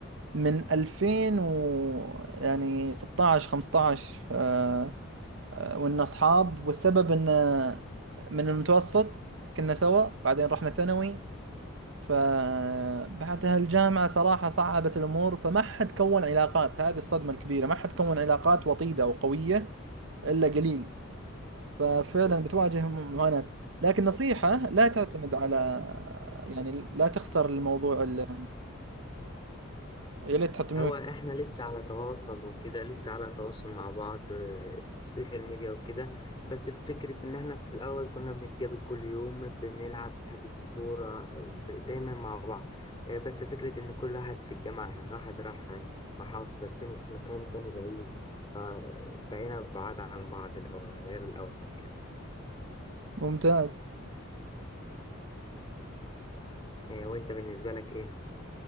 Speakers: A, on the right; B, on the left.
A: من 2000 و يعني 16 15 آه، آه، وإن اصحاب والسبب ان آه، من المتوسط كنا سوا بعدين رحنا ثانوي فبعدها الجامعه صراحه صعبت الامور فما حد كون علاقات هذه الصدمه الكبيره ما حد كون علاقات وطيده وقويه الا قليل ففعلا بتواجههم معاناة لكن نصيحة لا تعتمد على يعني لا تخسر الموضوع ال- يا ليت تحط ميوت
B: هو احنا لسه على تواصل وكده لسه على تواصل مع بعض آه، السوشيال ميديا وكده بس فكرة ان احنا في الاول كنا بنتقابل كل يوم بنلعب حجز كورة آه، ب- دايما مع بعض آه، بس فكرة ان كل واحد في الجامعة يعني واحد راح آه، محافظة التاني في مكان تاني بعيد فبقينا بعاد عن بعض الأول غير الأول يعني
A: ممتاز
B: آه، وانت بالنسبة لك ايه؟